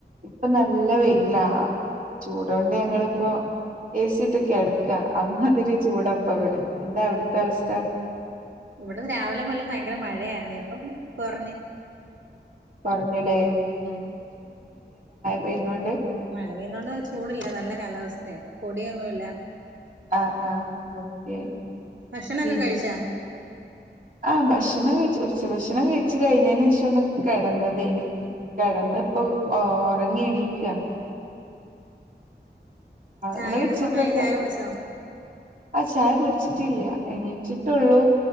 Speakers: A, on the right (about 50°); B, on the right (about 85°).
A: ഇപ്പൊ നല്ല വെയില ചൂടൊണ്ട് ഞങ്ങളിപ്പോ എസിട്ട് കെട ക്ക അമ്മാതിരി ചൂടാ ഇപ്പവിടെ എന്താ അവിടത്തെ അവസ്ഥ
B: ഇവിടുന്ന് രാവിലെ മുതൽ ഭയങ്കര മഴയായിരുന്നു ഇപ്പം കുറഞ്ഞ്
A: കുറഞ്ഞുലേ
B: ഉം
A: പെയ്യുന്നോണ്ട്
B: മഴ പെയ്യുന്നോണ്ട് ചൂടില്ല നല്ല കാലാവസ്ഥയാ പൊടിയൊന്നുല്ല
A: ആ ആ ഓക്കെ
B: ഭക്ഷണൊക്കെ
A: പിന്
B: കഴിച്ചാ
A: ആ ഭക്ഷണം കഴി ഉച്ചഭക്ഷണം കഴിച്ചു കഴിഞ്ഞതിന് ശേഷം ഒന്ന് കെടന്നതേന് കിടന്ന് ഇപ്പൊ ഉറങ്ങി എണീക്കാ
B: ചായയുടെ
A: നിങ്ങള് ഉച്ചക്കൊക്കെ
B: സമയായി ചായ കുടിച്ചോ
A: ആഹ് ചായ കുടിച്ചിട്ടില്ല എണീച്ചിട്ടുള്ളൂ